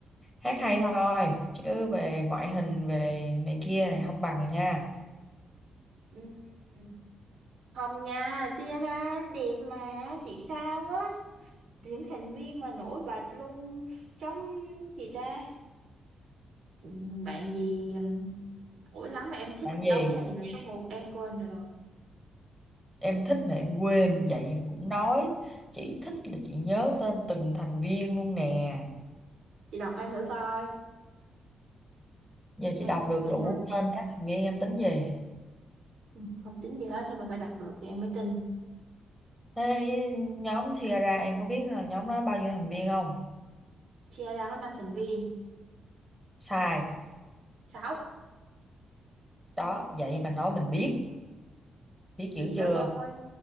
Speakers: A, in the centre; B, on the right (about 65°).
A: hát hay thôi chứ về ngoại hình về này kia thì không bằng nha.
B: Ừm, không nha tia đẹp mà chị sao quá những thành viên mà nổi bật luôn trong chị ta Ừm, bạn gì nổi lắm mà em thích
A: Làm
B: đóng
A: gì?
B: gia đình là số một em quên rồi
A: Em thích mà em quên vậy mà cũng nói. Chị thích là chị nhớ tên từng thành viên luôn nè.
B: chị đọc em thử coi
A: Giờ chị
B: em
A: đọc
B: không
A: được
B: có tin
A: đủ
B: đâu
A: tên các thành viên em tính gì?
B: Ừm, không tính gì hết nhưng mà phải đọc được thì em mới tin
A: Thế nhóm chia ra em có biết là nhóm nó bao nhiêu thành viên không?
B: chia có 5 thành viên
A: Sai.
B: sáu
A: Đó, vậy mà nói mình biết. Biết
B: thì
A: dữ chưa?
B: lâu lâu quên